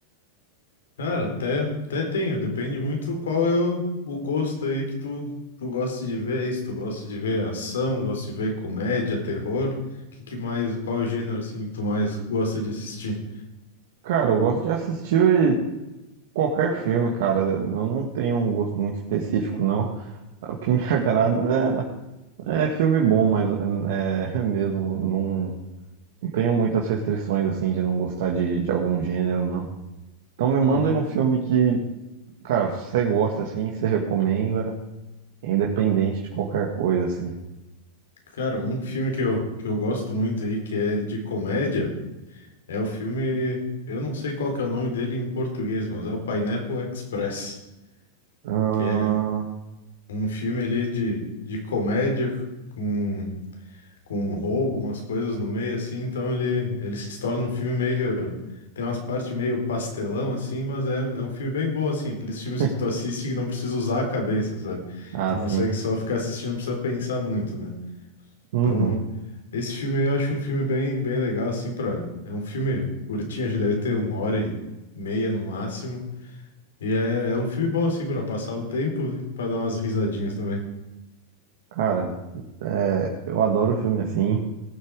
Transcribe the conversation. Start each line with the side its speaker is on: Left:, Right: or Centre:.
Left: Cara, até, até tenho, depende muito qual é o, o gosto aí que tu, tu gosta de ver, é isso, tu gosta de ver ação, gosta de ver comédia, terror, que que mais, qual o gênero assim que tu mais gosta de assistir?
Right: Cara, eu gosto de assistir qualquer filme, cara. Eu não tenho um gosto muito específico, não. O que me <laughs> agrada é, é filme bom, mas é, é mesmo, não, não tenho muitas restrições assim de não gostar de, de algum gênero, não. Então me mandem
Left: Uhum.
Right: um filme que Cara, se você gosta assim, você recomenda, é independente de qualquer coisa, assim.
Left: Cara, um filme que eu, que eu gosto muito aí, que é de comédia, é o filme, eu não sei qual que é o nome dele em português, mas é o Pineapple Express,
Right: Ah,
Left: que é um filme ali de, de comédia, com com um roubo, umas coisas no meio, assim, então ele, ele se torna um filme meio. Tem umas partes meio pastelão, assim, mas é, é um filme bem bom, assim, aqueles filmes
Right: <laughs>
Left: que tu assiste que não precisa usar a cabeça, sabe?
Right: ah,
Left: Tu
Right: sim.
Left: consegue só ficar assistindo, não precisa pensar muito, né?
Right: Uhum.
Left: Então, esse filme aí eu acho um filme bem, bem legal, assim, pra. É um filme curtinho, acho que deve ter uma hora e meia no máximo. E é, é um filme bom, assim, pra passar o tempo e pra dar umas risadinhas também.
Right: Cara, é, eu adoro filme assim.